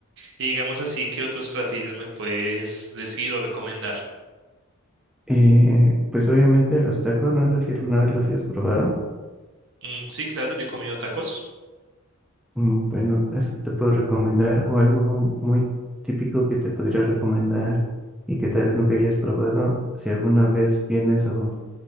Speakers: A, on the right; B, in the centre.
A: y digamos así, ¿qué otros platillos me puedes decir o recomendar?
B: Eh, pues obviamente los tacos, no sé si alguna vez los hayas probado.
A: Mm, sí, claro, yo he comido tacos.
B: Mm, Bueno, eso te puedo recomendar, o algo muy típico que te podría recomendar y que tal vez nunca hayas probado, si alguna vez vienes o